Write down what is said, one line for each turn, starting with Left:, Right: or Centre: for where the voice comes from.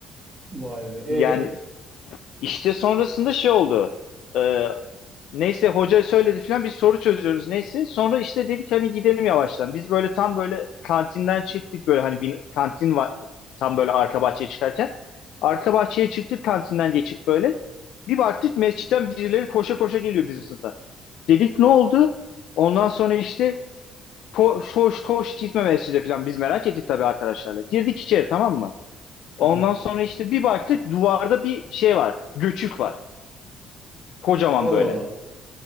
Right: Vay be. E.
Left: Yani işte sonrasında şey oldu. Ee, neyse hoca söyledi falan biz soru çözüyoruz neyse. Sonra işte dedik hani gidelim yavaştan. Biz böyle tam böyle kantinden çıktık böyle hani bir kantin var tam böyle arka bahçeye çıkarken. Arka bahçeye çıktık kantinden geçip böyle. Bir baktık mescitten birileri koşa koşa geliyor bizim sınıfa. Dedik ne oldu? Ondan sonra işte koş koş koş gitme mescide falan biz merak ettik tabii arkadaşlarla. Girdik içeri tamam mı? Ondan
Right: Aha.
Left: sonra işte bir baktık duvarda bir şey var. Göçük var. Kocaman
Right: Allah
Left: böyle.
Right: Allah.